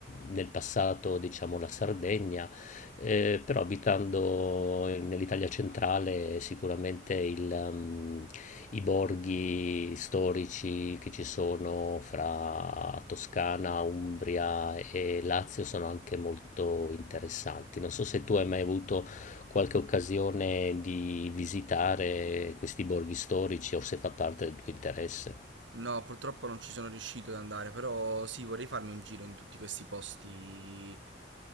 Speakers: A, on the left; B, on the right.
A: nel passato, diciamo, la Sardegna eh, però abitando nell'Italia centrale sicuramente il, ehm, i borghi storici che ci sono fra Toscana, Umbria e Lazio sono anche molto interessanti. Non so se tu hai mai avuto qualche occasione di visitare questi borghi storici o se fa parte del tuo interesse.
B: No, purtroppo non ci sono riuscito ad andare, però sì, vorrei farmi un giro in tutti questi posti